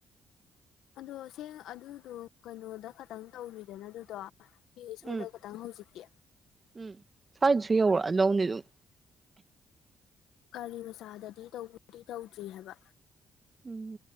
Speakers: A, on the left; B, on the right.
A: ꯑꯗꯣ ꯁꯦꯡ ꯑꯗꯨꯗꯣ ꯀꯩꯅꯣꯗ ꯈꯇꯪ ꯇꯧꯔꯤꯗꯅ ꯑꯗꯨꯗꯣ ꯏ ꯔꯤꯛꯁꯣꯗꯥ
B: ꯎꯝ
A: ꯈꯇꯪ ꯍꯧꯖꯤꯛꯇꯤ
B: ꯎꯝ ꯁ꯭ꯋꯥꯏꯗꯁꯨ ꯌꯧꯔꯛꯑꯗꯧꯅꯤ
A: <unintelligible>
B: ꯑꯗꯨꯝ
A: ꯀꯔꯤ ꯃꯆꯥꯗꯥꯗꯤ ꯇꯧꯕꯨꯗꯤ ꯇꯧꯗ꯭ꯔꯤ ꯍꯥꯏꯕ
B: ꯎꯝ